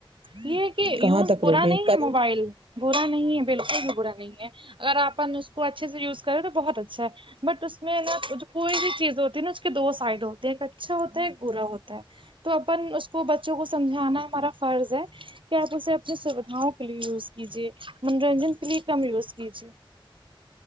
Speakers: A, on the right; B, on the right.
A: یہ کہ یوز
B: کہاں تک
A: برا
B: روکیں
A: نہیں ہے
B: کل
A: موبائل برا نہیں ہے بالکل بھی برا نہیں ہے اگر آپن اس کو اچھے سے یوز کریں تو بہت اچھا ہے بٹ اس میں نا جو کوئی بھی چیز ہوتی ہے نا اس کے دو سائڈ ہوتے ہیں ایک اچھا ہوتا ہے ایک برا ہوتا ہے تو اپن اس کو بچوں کو سمجھانا ہمارا فرض ہے کہ آپ اسے اپنی سویدھاؤں کے لیے یوز کیجیے منورنجن کے لیے کم یوز کیجیے